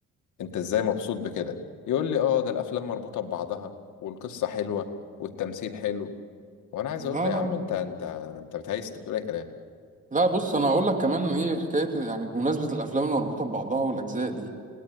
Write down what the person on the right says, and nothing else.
لا
لا
لا
لا بص انا هقول لك كمان ايه حكايه يعني بمناسبه الافلام المربوطه ببعضها والاجزاء دي